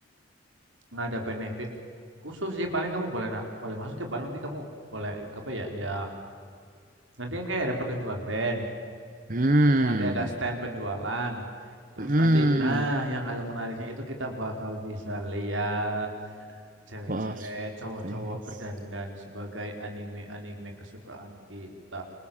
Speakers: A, on the right; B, on the right.
A: Nggak ada benefit khusus sih. Paling kamu boleh na- boleh masuk ya. Paling nanti kamu boleh ik- apa ya? Ya nanti kan kayak ada pertunjukan band.
B: Hmm,
A: Terus nanti ada stand penjualan. Terus
B: hmm,
A: nanti, nah yang hal menariknya itu kita bakal bisa lihat cewek-cewek,
B: bos,
A: cowok-cowok
B: Please.
A: berdandan sebagai anime-anime kesukaan kita.